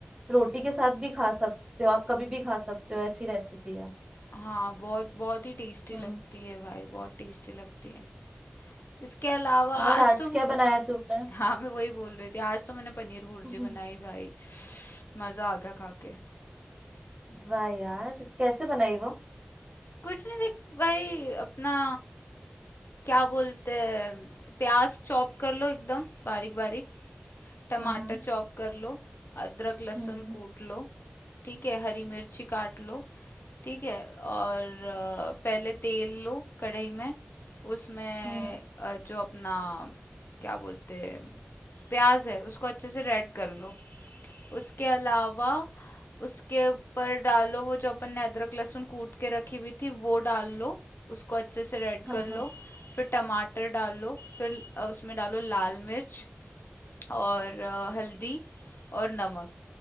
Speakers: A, on the right; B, on the left.
A: रोटी के साथ भी खा सकते हो आप कभी भी खा सकते हो ऐसी रेसिपी है
B: हाँ बहुत बहुत ही टेस्टी
A: हम्म
B: लगती है भाई बहुत टेस्टी लगती है इसके अलावा
A: और
B: आज
A: आज
B: तो
A: क्या बनाया तूने
B: <laughs> हाँ मैं वही बोल रही थी आज तो मैंने पनीर भुर्जी
A: हम्म,
B: बनाई भाई मजा आ गया खा के
A: वाह यार कैसे बनाई वो
B: कुछ नहीं देख भाई अपना क्या बोलते हैं प्याज चॉप कर लो एकदम बारीक बारीक टमाटर
A: हम्म
B: चॉप कर लो अदरक लहसुन
A: हम्म हम्म
B: कूट लो ठीक है हरी मिर्ची काट लो ठीक है और अ, पहले तेल लो कढ़ाई में उसमें
A: हम्म
B: अ, जो अपना क्या बोलते हैं प्याज है उसको अच्छे से रेड कर लो उसके अलावा उसके ऊपर डालो वो जो अपन ने अदरक लहसुन कूट के रखी हुई थी वो डाल लो उसको अच्छे से रेड
A: हाँ
B: कर लो
A: हाँ
B: फिर टमाटर डालो फिर अ, उसमें डालो लाल मिर्च और अ, हल्दी और नमक